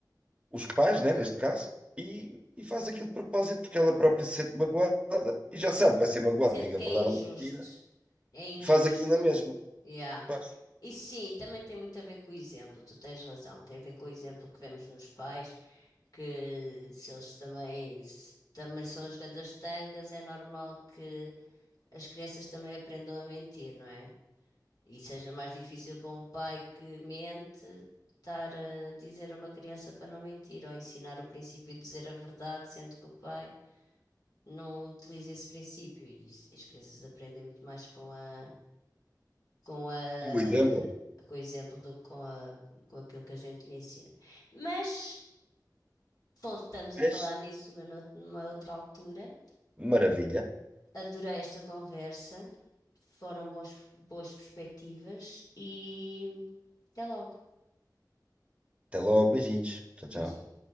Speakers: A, on the right; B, on the left.
A: os pais, né, neste caso, e, e faz aquilo de propósito porque ela própria se sente magoada. E já sabe que vai ser magoada,
B: Sente
A: diga
B: que
A: a verdade
B: é injusto.
A: ou mentira,
B: É injusto.
A: faz aquilo na mesma.
B: Yeah.
A: Pois,
B: E sim, também tem muito a ver com o exemplo, tu tens razão, tem a ver com o exemplo que vemos nos pais, que se eles também, se também são as grandes tangas, é normal que as crianças também aprendam a mentir, não é? E seja mais difícil para um pai que mente estar a dizer a uma criança para não mentir, ou ensinar o princípio de dizer a verdade, sendo que o pai não utiliza esse princípio, e isso- as crianças aprendem muito mais com a com a,
A: o exemplo.
B: com o exemplo do que com a, com aquilo que a gente lhe ensina. Mas voltamos
A: Vês?
B: a falar nisso numa, nout- numa outra altura.
A: Maravilha.
B: Adorei esta conversa. Foram boas boas perspectivas e até logo.
A: Até logo, beijinhos. Tchau, tchau.
B: Beijinho.